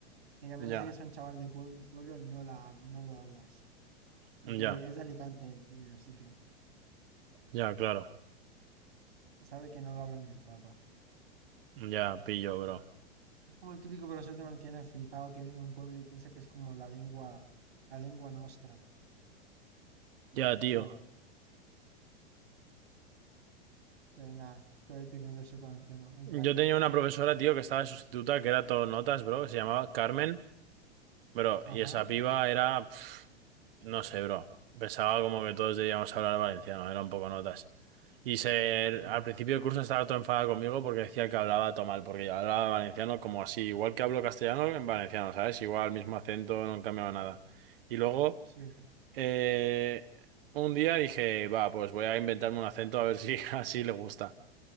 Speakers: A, on the right; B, on the right.
A: Y que a
B: Ya,
A: menos de que sea un chaval de pueblo, pueblo no la, hab- no lo hablas. Porque
B: ya,
A: es de Alicante el pibe, así que
B: ya, claro.
A: sabe que no lo hablan ni el tato.
B: Ya, pillo, bro.
A: Como el típico profesor te mantiene flipado que viene de un pueblo y piensa que es como la lengua, la lengua nostra,
B: Ya, tío.
A: ¿sabes? Pero nada, todo el típico profesor te mantiene un
B: Yo
A: crack.
B: tenía una profesora, tío, que estaba de sustituta, que era todo notas, bro, que se llamaba Carmen, bro,
A: Ajá,
B: y esa piba era... pf, No sé, bro. Pensaba como que todos debíamos hablar valenciano, era un poco notas. Y se,
A: ¿sabes?
B: al principio del curso estaba todo enfadado conmigo porque decía que hablaba todo mal, porque yo hablaba valenciano como así, igual que hablo castellano en valenciano, ¿sabes? Igual, mismo acento, no cambiaba nada. Y luego,
A: Sí, claro.
B: eh, un día dije, va, pues voy a inventarme un acento a ver si <laughs> así le gusta.